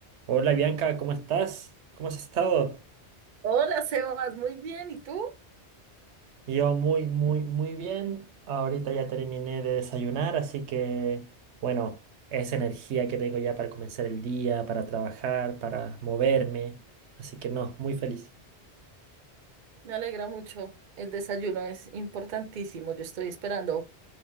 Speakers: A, on the right (about 80°); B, on the right (about 55°).
A: Hola Bianca, ¿cómo estás? ¿Cómo has estado?
B: Hola, Sebas, muy bien. ¿Y tú?
A: Yo muy, muy, muy bien. Ahorita ya terminé de desayunar, así que, bueno, esa energía que tengo ya para comenzar el día, para trabajar, para moverme. Así que no, muy feliz.
B: Me alegra mucho. El desayuno es importantísimo. Yo estoy esperando